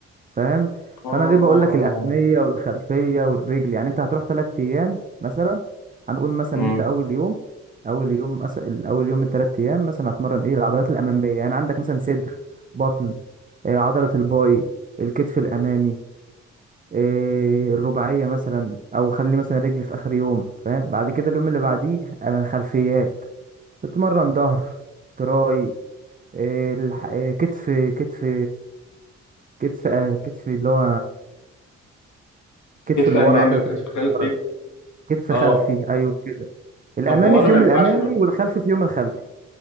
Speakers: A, on the right; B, on the left.
A: فاهم
B: اه
A: فانا ليه بقول لك الاماميه والخلفيه والرجل يعني انت هتروح ثلاث ايام مثلا هنقول مثلا
B: امم
A: ان انت اول يوم اول يوم مثلا اول يوم من الثلاث ايام مثلا هتمرن ايه العضلات الاماميه يعني عندك مثلا صدر بطن آه، عضله الباي الكتف الامامي آه، الرباعيه مثلا او خلي مثلا الرجل في اخر يوم فاهم بعد كده اليوم اللي بعديه آه، خلفيات تتمرن ظهر تراي آه، الح- آه، كتف كتف كتف آه، كتف اللي هو كتف
B: كتف
A: اللي
B: امامي
A: ورا عضلة
B: وكتف
A: الكتف
B: خلفي
A: اللي ورا كتف
B: اه
A: خلفي ايوه كده الامامي
B: طب هو انا
A: في
B: ما
A: يوم
B: ينفعش
A: الامامي
B: ما,
A: والخلفي في يوم الخلفي